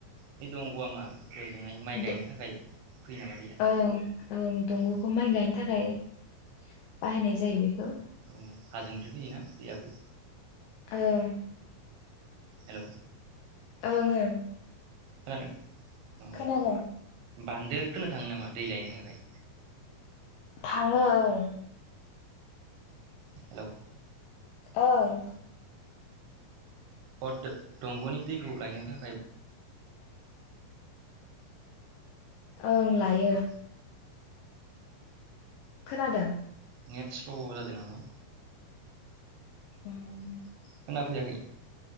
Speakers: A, on the right; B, on the left.
A: बे दंग'आ मा ओजोंहाय माइ गायनो
B: द
A: थाखाय फैयो नामा दैया
B: ओं ओं दंग'खौ
A: औ
B: माइ गायनो थाखाय बाहायनाय जायो बेखौ
A: औ हाजोनि होयोना दैयाबो
B: ओं
A: हेलौ
B: ओं ओं
A: खोनादों औ
B: खोनादों
A: बान्दो खोनो थाङो नामा दै लायनो थाखाय?
B: थाङो ओं
A: हेलौ
B: ओं
A: अ द दंगनि दैखौ लायनो थाखाय
B: ओं लायो खोनादों?
A: नेट स्ल जादों नामा?
B: <unintelligible>
A: फैयाखै